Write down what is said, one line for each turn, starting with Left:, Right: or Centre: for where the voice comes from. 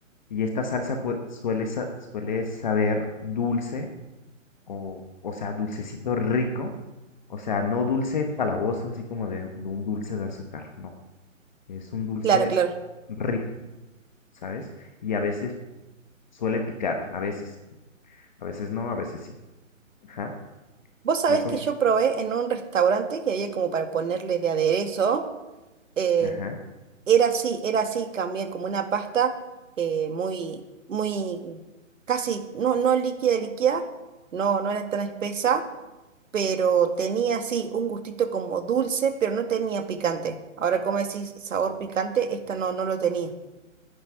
Left: Y esta salsa pues, suele, sa- suele saber dulce o, o sea, dulcecito rico. O sea, no dulce empalagoso, así como de, de un dulce de azúcar. No, es un dulce
Right: Claro, claro.
Left: rico, ¿sabes? Y a veces suele picar, a veces. A veces no, a veces sí. Ajá,
Right: Vos sabés
Left: más o
Right: que
Left: menos.
Right: yo probé en un restaurante que había como para ponerle de aderezo. eh,
Left: Ajá.
Right: era así, era así también, como una pasta eh, muy, muy, casi, no, no líquida, líquida, no, no era tan espesa, pero tenía así un gustito como dulce, pero no tenía picante. Ahora, como decís, sabor picante, esta no, no lo tenía,